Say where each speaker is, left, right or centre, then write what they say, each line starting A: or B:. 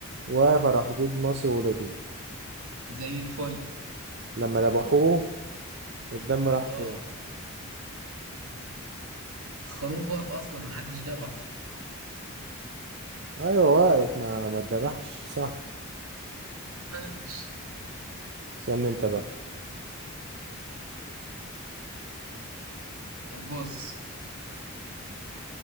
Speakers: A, on the right; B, on the right.
A: واقف على حدود مصر وليبيا
B: زي الفل
A: لما ذبحوه الدم راح
B: آه
A: فين
B: خروف واقف أصلا محدش دبح
A: ايوه واقف ما ما اتذبحش صح
B: ماشي
A: استنى انت بقى
B: طب بص